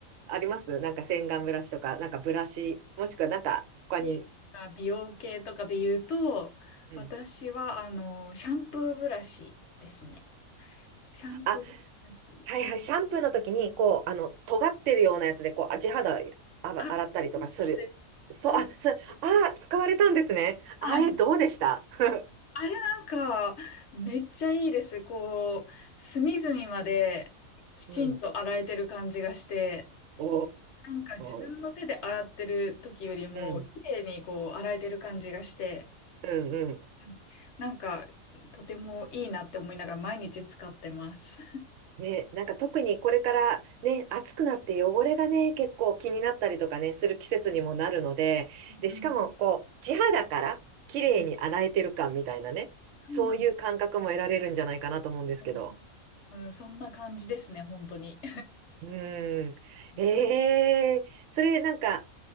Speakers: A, on the right (about 65°); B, on the left (about 60°).
A: ありますなんか洗顔ブラシとか、なんかブラシ、もしくはなんか、他に、
B: いいか美容系とかで言うと、
A: うん。
B: 私は、あの、シャンプーブラシですね。シャンプーだし。
A: あ、はいはい、
B: は、
A: シャンプーの時に、こう、あの、尖ってるようなやつで、こう、地肌あば洗ったりとかする。
B: あ、そうです、そうです。
A: そう、
B: そうです、
A: あ、そう、
B: そうです。
A: あー、使われたんですね。
B: はい。
A: あれ、どうでした <laughs>
B: あれなんか、めっちゃいいです。こう、隅々まできちんと洗えてる感じがして、
A: うん。お
B: なんか自分の手で洗ってる時よりも、
A: ー、うん、
B: 綺麗にこう、洗えてる感じがして、
A: うん、うん。
B: うん、なんか、とてもいいなって思いながら毎日使ってます。
A: ね、なんか特にこれからね、暑くなって汚れがね、結構気になったりとかね、する季節にもなるので、
B: うん
A: で、しかもこう、地肌から綺麗に洗えてる感みたいなね、
B: うんうん。<laughs> そうなんです。
A: そういう感覚も得られるんじゃないかなと思うんですけど。
B: うん、うんそんな感じですね、本当に。
A: うん。
B: <laughs>
A: ええそれなんか、